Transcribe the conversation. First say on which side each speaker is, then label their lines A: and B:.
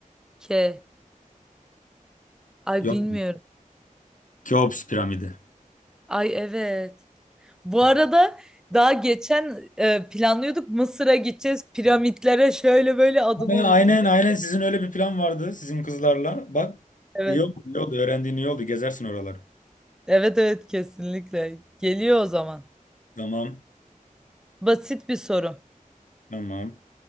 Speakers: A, in the centre; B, on the left.
A: K. Ay
B: Yok
A: bilmiyorum.
B: mu? Keops piramidi.
A: Ay evet. Bu arada daha geçen e, planlıyorduk Mısır'a gideceğiz. Piramitlere şöyle böyle adını
B: Aynen
A: unuttum.
B: aynen aynen. sizin öyle bir plan vardı sizin kızlarla. Bak
A: Evet.
B: iyi oldu, iyi oldu. Öğrendiğin iyi oldu. Gezersin oraları.
A: Evet evet kesinlikle. Geliyor o zaman.
B: Tamam
A: Basit bir soru.
B: tamam.